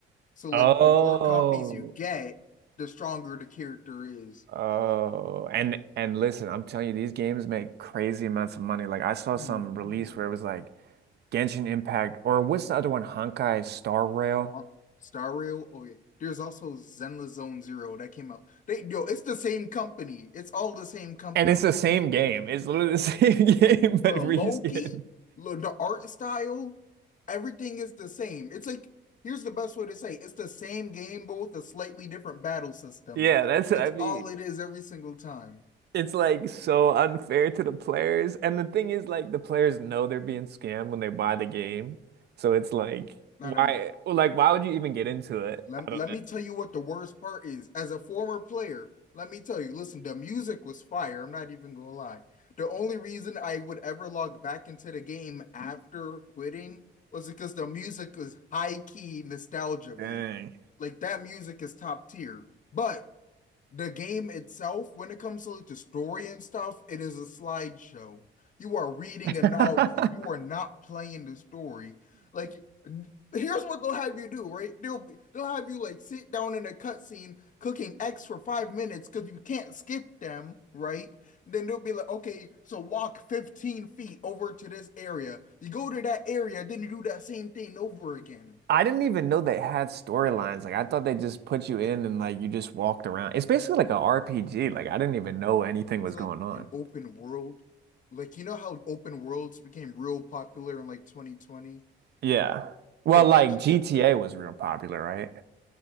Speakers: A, on the left; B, on the right.
A: So like
B: oh,
A: the more copies you get, the stronger the character is.
B: Oh, and and listen, I'm telling you, these games make crazy amounts of money. Like I saw
A: Mm,
B: some release
A: No.
B: where it was like Genshin Impact, or what's the other one, Honkai Star Rail,
A: Uh, Star Rail, oh yeah. There's also Zenless Zone Zero that came out. They yo, it's the same company. It's all the same company.
B: and it's the same game. It's literally the <laughs> same game but
A: Bro,
B: reskin.
A: Loki, lo- the art style, everything is the same. It's like, here's the best way to say it. It's the same game, but with a slightly different battle system,
B: Yeah,
A: bro.
B: that's what
A: That's
B: I mean.
A: all it is every single time.
B: It's like so unfair to the players, and the thing is, like the players know they're being scammed when they buy the game, so it's like why,
A: I don't know.
B: like why would you even get into it?
A: Let,
B: I don't
A: let
B: know.
A: me tell you what the worst part is. As a former player, let me tell you, listen, the music was fire. I'm not even gonna lie. The only reason I would ever log back into the game after quitting was because the music was high key nostalgia beat.
B: Dang.
A: Like that music is top tier. But the game itself, when it comes to like the story and stuff, it is a slideshow. You are reading
B: <laughs>
A: a novel. You are not playing the story. Like, n- here's what they'll have you do, right? They'll be- they'll have you like sit down in a cutscene cooking X for five minutes because you can't skip them, right? Then they'll be like, okay, so walk 15 feet over to this area. You go to that area, then you do that same thing over again.
B: I didn't even know they had storylines. Like I thought they just put you in and like you just walked around. It's basically like a RPG. Like I didn't even know anything
A: it's
B: was
A: like
B: going on.
A: an open world. Like you know how open worlds became real popular in like 2020?
B: Yeah. Well,
A: Yeah, Genshin
B: like GTA
A: Impact.
B: was real popular, right?